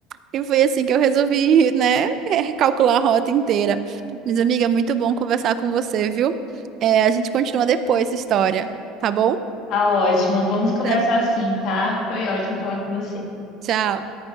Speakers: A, on the right (about 55°); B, on the left (about 60°).
A: E foi assim que eu resolvi, né, <laughs> recalcular a rota inteira. Mas, amiga, muito bom conversar com você, viu? É, a gente continua depois essa história, tá bom?
B: Tá ótimo. Vamos conversar
A: Tá.
B: assim, tá? Foi ótimo falar com você.
A: Tchau.